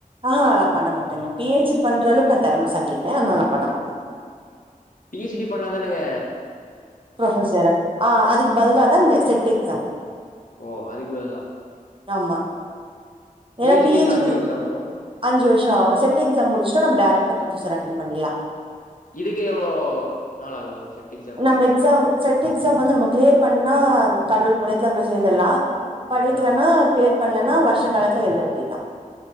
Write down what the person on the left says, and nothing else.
பி ஹெச் டி பண்ணாதானங்க
ஓ அதுக்கு பதுலா
பி
எச் டிக்கு
அஞ்சு
வருஷ ஆவு
இதுக்கு எவ்ளோ கால ஆவு செட் எக்ஸாம்ங்றது
ஆ.